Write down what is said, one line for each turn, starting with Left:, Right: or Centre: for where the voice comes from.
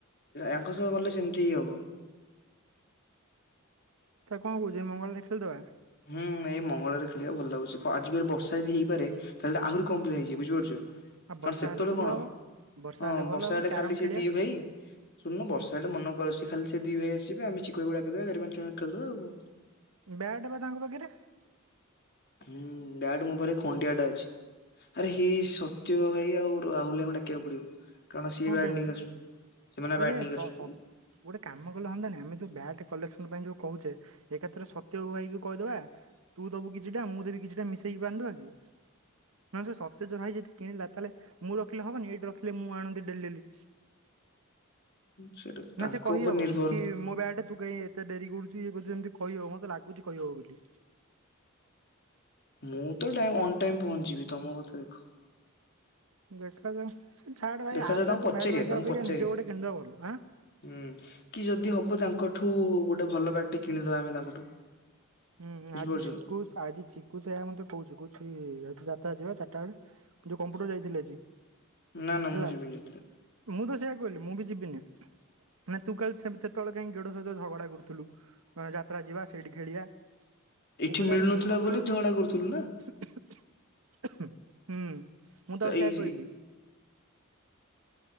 Left: ଆଙ୍କ ସହ ଗଲେ ସେମିତି ହି ହବ।
Right: ତାହେଲେ କଣ କହୁଚୁ ଏଇ ମଙ୍ଗଳରେ ଖେଳିଦେବା?
Left: ହୁଁ ଏଇ ମଙ୍ଗଳାରେ ଖେଳିବା ଭଲ ଲାଗୁଚି। କ ଆଜି ବର୍ଷା ଫେର ହେଇପାରେ ତାହେଲେ ତ ଆହୁରି କମ୍ ପିଲା ହେଇଯିବେ ବୁଝିପାରୁଚ।
Right: ଆଉ ବର୍ଷା
Left: କାରଣ ସେତେବେଳେ
Right: ହେଲେ ଭଲ
Left: କଣ
Right: ହବ। ବର୍ଷା
Left: ହଁ
Right: ଭଲ
Left: ବର୍ଷା
Right: ହବ
Left: ହେଲେ
Right: କ୍ୟାରମ
Left: ଖାଲି ସେ
Right: ଖେଳିବା
Left: ଦି ଭାଇ ଶୁଣୁନ
Right: ହୁଁ
Left: ବର୍ଷା ହେଲେ ମନ କ ସେ ଖାଲି ସେ ଦି ଭାଇ ଆସିବେ ଆମେ ଚିକୁଆକୁ ଡାକି ଦବା ଚାରି ପାଞ୍ଚଜଣ ଖେଳିଦବା ଆଉ।
Right: ବ୍ୟାଟ୍ ବା ତାଙ୍କ ପାଖରେ।
Left: ହୁଁ ବ୍ୟାଟ ମୋ ପାଖରେ ଖଣ୍ଡିଆଟା ଅଛି। ଆରେ ହେ ସତ୍ୟ ଭାଇ ଆଉ ରାହୁଲ ଭାଇଙ୍କୁ ଡାକିବାକୁ ପଡିବ। କାରଣ ସିଏ
Right: କଣ
Left: ବ୍ୟାଟ୍
Right: ପାଇଁ
Left: ନେଇକି ଆସୁଚନ୍ତି ସେମାନେ
Right: ଆରେ
Left: ପା ବ୍ୟାଟ୍ ନେଇକି
Right: ସ
Left: ଆସୁଚନ୍ତି।
Right: ସ ଗୋଟେ କାମ କଲେ ହଅନ୍ତାନି ଆମେ ଯୋଉ ବ୍ୟାଟ୍ କଲେକ୍ସନ ପାଇଁ ଯୋଉ କହୁଚେ ଏକାଥରେ ସତ୍ୟ ଭାଇକୁ କହିଦବା ତୁ ଦବୁ କିଛିଟା ମୁଁ ଦେବି କିଛିଟା ମିଶେଇକି ବାନ୍ଧିଦବାକି? ନହେଲେ ସେ ସତେଜ ଭାଇ ଯଦି କିଣିଲା ତାହେଲେ ମୁଁ ରଖିଲେ ହବନି ଏଠି ରଖିଲେ ମୁଁ ଆଣ୍ ନ୍ତି ଡେଲି ଡେଲି
Left: ସେଇଟା ତାଙ୍କ
Right: ନା ସେ କହିହବ
Left: ଉପରେ ନିର୍ଭର।
Right: କି ମୋ ବ୍ୟାଟ ତୁ କାଇଁ ଏତେ ଡରି କରୁଚି ଏମିତି କହିବ ମତେ ଲାଗୁଚି କହିବ ବୋଲି।
Left: ମୁଁ ତ ଟାଇମ ଅନଟାଇମ ପହଞ୍ଚିବି ତମ କଥା ଦେଖ।
Right: ଦେଖାଯାଉ ସେ ଛାଡ ଭାଇ
Left: ଦେଖାଯାଉ
Right: ଆ
Left: ତାଙ୍କୁ
Right: ତା କୁ
Left: ପଚାରିବା
Right: ବ୍ୟାଟ୍ ମାଗିବା
Left: ତାଙ୍କୁ
Right: ଅପେକ୍ଷା
Left: ପଚାରିବା
Right: ନିଜ ଗୋଟେ କିଣିଦବା ଭଲ। ଆଁ?
Left: ହୁଁ କି ଯଦି ହବ ତାଙ୍କଠୁ ଗୋଟେ ଭଲ ବ୍ୟାଟଟେ କିଣିଦବା ଆମେ ତାଙ୍କଠୁ।
Right: ହୁଁ
Left: ବୁଝିପାରୁଛ।
Right: ଆଜି ଶିଖୁସ୍ ଆଜିି ଚିକ୍ କୁ ସେୟା ମତେ କହୁଚୁ କହୁଚି ଇ ଆଜି ଯାତ୍ରା ଯିବା ଚାରିଟା ବେଳେ ଯୋଉ କମ୍ପ୍ୟୁଟର ଯାଇଥିଲି ଆଜି।
Left: ନା ନା
Right: ହେଲା
Left: ମୁଁ ଯିବିନି ଯାତ୍ରା।
Right: ମୁଁ ତ ସେଇଆ କହିଲି ମୁଁ ବି ଯିବିନି। ନା ତୁ କାଲି ସେତେବେଳେ କାହିଁ ଗେଡ ସହିତ ଝଗଡା କରୁଥିଲୁ ଯାତ୍ରା ଯିବା ସେଇଠି ଖେଳିବା <inaudible> ମୁଁ
Left: ଏଇଠି
Right: କହିଲି
Left: ମିଳୁନଥିଲା
Right: ଆରେ ମୁଁ କଣ କରିବି
Left: ବୋଲି ଝଗଡା କରୁଥିଲୁ ନା।
Right: ହୁଁ ମୁଁ ତାକୁ
Left: ତ ଏଇ
Right: ସେୟା କହିଲି।